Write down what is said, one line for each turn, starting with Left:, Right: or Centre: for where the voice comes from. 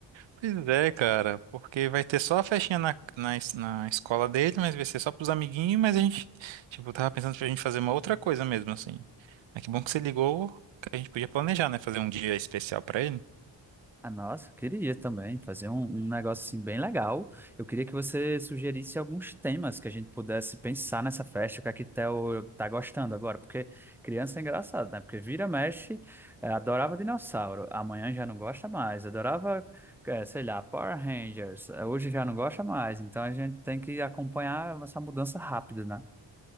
Right: Pois é, cara. Porque vai ter só a festinha na, na, es- na escola dele, mas vai ser só pros amiguinhos, mas a gente, tipo, tava pensando pra gente fazer uma outra coisa mesmo, assim. Mas que bom que você ligou, que a gente podia planejar, né? Fazer um dia especial pra ele.
Centre: Ah, nossa, eu queria também fazer um, um negócio assim bem legal. Eu queria que você sugerisse alguns temas que a gente pudesse pensar nessa festa, o que a Quitel tá gostando agora, porque criança é engraçado, né? Porque vira, mexe, é, adorava dinossauro, amanhã já não gosta mais, adorava, é, sei lá, Power Rangers, é, hoje já não gosta mais, então a gente tem que acompanhar essa mudança rápido, né?